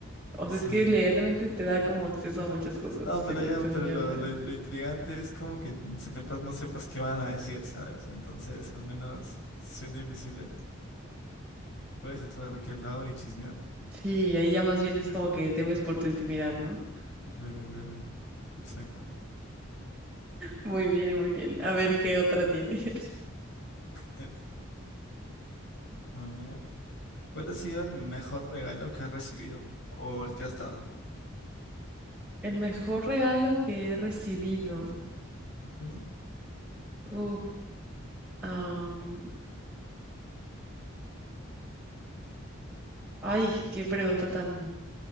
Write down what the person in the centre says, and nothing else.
o sea,
es que leer la mente te da como acceso a muchas cosas,
según,
según
yo,
pero
sí, ahí ya más bien es como que temes por tu intimidad, ¿no?
Muy bien, muy bien. A ver qué otra tienes.
<laughs> El mejor regalo que he recibido.
Uf, am, ay, qué pregunta tan,